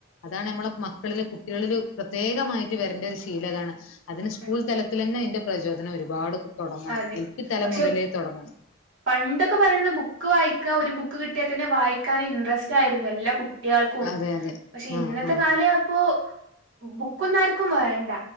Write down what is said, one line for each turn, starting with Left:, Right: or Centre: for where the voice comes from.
Left: അതാണ് നമ്മളെ മക്കളില് കുട്ടികളില് പ്രത്യേകമായിട്ട് വരണ്ട ഒരു ശീലം അതാണ് അതിന് സ്കൂൾ
Right: ഉം
Left: തല ൽ തന്നെ അതിന്റെ പ്രചോദനം ഒരുപാട് തുടങ്ങണം
Right: അതെ
Left: എൽ പി തല
Right: പക്ഷെ
Left: മുതലേ തുടങ്ങണം
Right: പണ്ടൊക്കെ പറയുന്നത് ബുക്ക് വായിക്കാ ഒരു ബുക്ക് കിട്ടിയാൽ തന്നെ വായിക്കാൻ ഇൻട്രസ്റ്റ് ആയിരുന്നു എല്ലാ കു കുട്ടികൾക്കും
Left: അതെ അതെ.
Right: പക്ഷെ ഇന്നത്തെ
Left: ആഹ് ആഹ്
Right: കാല പ്പൊ ബുക്കൊന്നും ആർക്കും വേണ്ട